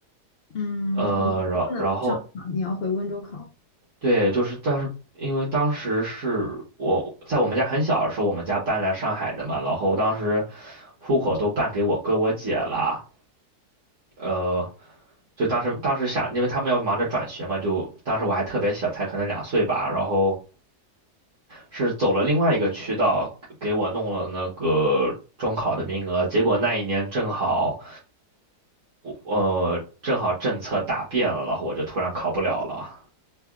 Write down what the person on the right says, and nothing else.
呃，
然然后对，就是但是因为当时是我在我们家很小的时候，我们家搬来上海的嘛，然后当时户口都办给我哥我姐了，呃，就当时当时想，因为他们要忙着转学嘛，就当时我还特别小，才可能两岁吧，然后是走了另外一个渠道，给我弄了那个中考的名额。结果那一年正好，我呃正好政策大变了，然后我就突然考不了了。